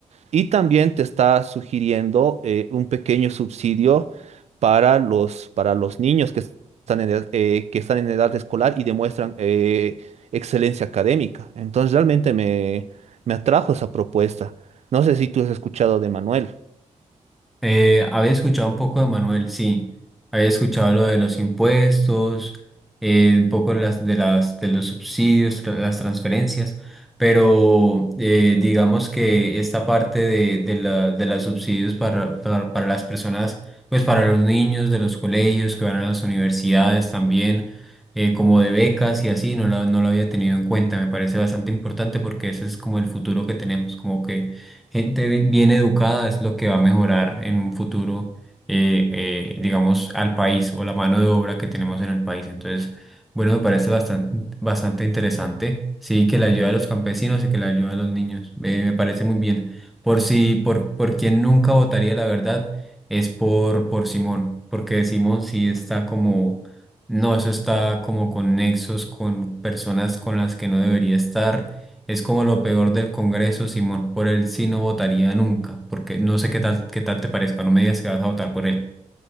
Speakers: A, on the right; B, in the centre.
A: y también te está sugiriendo eh, un pequeño subsidio para los, para los niños que están en edad, eh, que están en edad escolar y demuestran eh, excelencia académica. Entonces realmente me, me atrajo esa propuesta. No sé si tú has escuchado de Manuel.
B: Eh, había escuchado un poco de Manuel, sí. Había escuchado lo de los impuestos, eh, un poco de las, de las, de los subsidios, tra- las transferencias, pero eh, digamos que esta parte de, de la, de los subsidios para, para, para las personas, pues para los niños de los colegios que van a las universidades también, eh, como de becas y así, no lo, no lo había tenido en cuenta. Me parece bastante importante porque ese es como el futuro que tenemos, como que gente bi- bien educada es lo que va a mejorar en un futuro, eh, eh, digamos, al país o la mano de obra que tenemos en el país. Entonces, bueno, me parece bastante, bastante interesante. Sí, que la ayuda de los campesinos y que la ayuda de los niños. Eh, me parece muy bien. Por si, por, por quien nunca votaría, la verdad, es por, por Simón, porque Simón sí está como, no, eso está como con nexos, con personas con las que no debería estar es como lo peor del Congreso, Simón. Por él sí no votaría nunca, porque no sé qué tal, qué tal te parezca. No me digas que vas a votar por él.